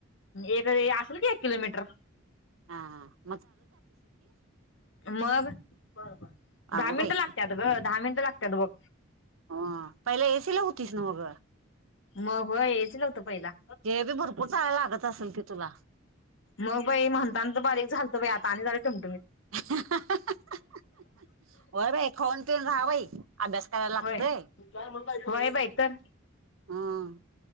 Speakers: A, on the left (about 65°); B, on the right (about 85°).
A: एक असेल की एक किलोमीटर.
B: हां हां.
A: मग दहा
B: अगो
A: मिनट
B: बाई
A: लागत्यात. गं दहा मिनिटं लागतात बघ.
B: ह पहिला एसी ला होतीस नव्ह गं.
A: मगं होय एसी होतो पहिला.
B: ते बी भरपूर चालायला लागत असेल की तुला.
A: मग बाई म्हणताना तर बारीक झालतं बाई आता आणि झालं ठुमठुमीत.
B: होय बाई खाऊन पिऊन राहा बाई. अभ्यास करायला लागतय
A: होय होय बाई तर.
B: हम्म